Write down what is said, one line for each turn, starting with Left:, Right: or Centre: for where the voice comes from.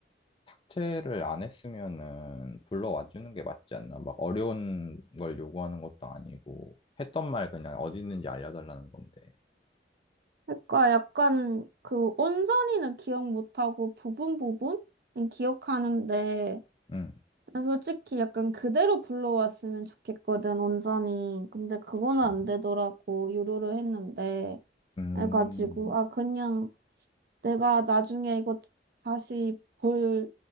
Left: 채를 안 했으면은 불러와 주는 게 맞지 않나? 막 어려운 걸 요구하는 것도 아니고, 했던 말 그냥 어디 있는지 알려달라는 건데.
Right: 그러니까 약간 그 온전히는 기억 못하고 부분 부분? 은 기억하는데
Left: 응,
Right: 난 솔직히 약간 그대로 불러왔으면 좋겠거든, 온전히. 근데 그거는
Left: 그
Right: 안 되더라고, 유료로 했는데.
Left: 음,
Right: 해가지고, 아, 그냥 내가 나중에 이거 다시 볼,